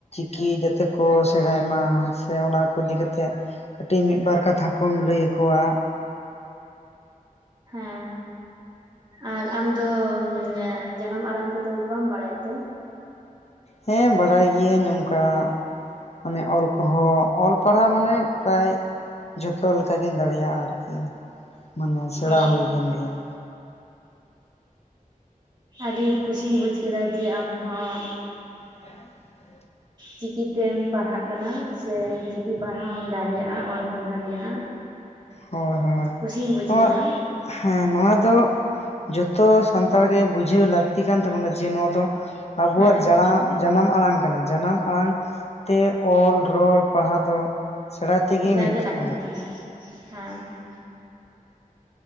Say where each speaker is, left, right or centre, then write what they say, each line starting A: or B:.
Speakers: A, on the left (about 45°); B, on the right (about 30°).
A: ᱠᱤ ᱡᱟᱛᱮ ᱠᱚ ᱥᱮᱬᱟᱭ ᱢᱟ ᱥᱮ ᱚᱱᱟ ᱠᱚ ᱤᱫᱤ ᱠᱟᱛᱮᱫ ᱠᱟᱹᱴᱤᱡ ᱢᱤᱫ ᱵᱟᱨ ᱠᱟᱛᱷᱟ ᱠᱚᱢ ᱞᱟᱹᱭ ᱟᱠᱚᱣᱟ ᱾
B: ᱦᱮᱸ ᱟᱨ ᱟᱢ ᱫᱚ ᱡᱟᱱᱟᱢ ᱟᱲᱟᱝ ᱛᱮᱫᱚ ᱵᱟᱢ ᱵᱟᱲᱟᱭ ᱛᱮ ᱾
A: ᱦᱮᱸ ᱵᱟᱲᱟᱭ ᱜᱤᱭᱟᱹᱧ ᱚᱱᱠᱟ ᱢᱟᱱᱮ ᱚᱞ ᱾ ᱦᱚ ᱚᱞ ᱯᱟᱲᱦᱟᱣ ᱢᱟᱱᱮ ᱯᱨᱟᱭ ᱡᱷᱚᱛᱚ ᱞᱮᱠᱟᱜᱤᱧ ᱫᱟᱲᱮᱭᱟᱜᱼᱟ ᱟᱨᱠᱤ ᱾ ᱢᱟᱱᱮ ᱥᱮᱬᱟ
B: ᱚ
A: ᱦᱩᱭ ᱞᱮᱱ ᱜᱮᱭᱟ
B: ᱟᱹᱰᱤ ᱠᱩᱥᱤᱧ ᱵᱩᱡ ᱠᱮᱫᱟ ᱡᱮ ᱟᱢ ᱦᱚᱸ
A: <unintelligible>
B: ᱪᱤᱠᱤᱛᱮᱢ ᱯᱟᱲᱦᱟᱜ ᱠᱟᱱᱟ ᱥᱮ ᱪᱤᱠᱤ ᱯᱟᱲᱦᱟᱣ ᱦᱚᱢ ᱫᱟᱲᱮᱭᱟᱜᱼᱟ ᱚᱞ ᱦᱚᱢ ᱫᱟᱲᱮᱭᱟᱜᱼᱟ
A: ᱦᱳᱭ ᱦᱳᱭ
B: ᱠᱩᱥᱤᱧ ᱵᱩᱡᱽ ᱠᱮᱫᱟ
A: <inaudible> ᱦᱮᱸ ᱱᱚᱣᱟ ᱫᱚ ᱡᱚᱛᱚ ᱥᱟᱱᱛᱟᱲᱜᱮ ᱵᱩᱡᱷᱟᱹᱣ ᱞᱟᱹᱠᱛᱤ ᱠᱟᱱ ᱛᱟᱵᱚᱱᱟ ᱡᱮ ᱱᱚᱣᱟ ᱫᱚ ᱟᱵᱚᱣᱟᱜ
B: ᱦᱮᱸ
A: ᱡᱟᱲᱟ ᱡᱟᱱᱟᱢ ᱟᱲᱟᱝ ᱠᱟᱱᱟ ᱡᱟᱱᱟᱢ ᱟᱲᱟᱝ ᱛᱮ ᱚᱞ ᱨᱚᱲ ᱯᱟᱲᱦᱟᱣ ᱫᱚ ᱥᱮᱬᱟᱭ ᱛᱮᱜᱮ
B: ᱮᱠᱟᱞ
A: ᱦᱩᱭᱩᱜ
B: ᱜᱮ
A: ᱛᱟᱵᱚᱱᱟ
B: ᱞᱟᱹᱠᱛᱤ ᱠᱟᱱᱟ ᱦᱮᱸ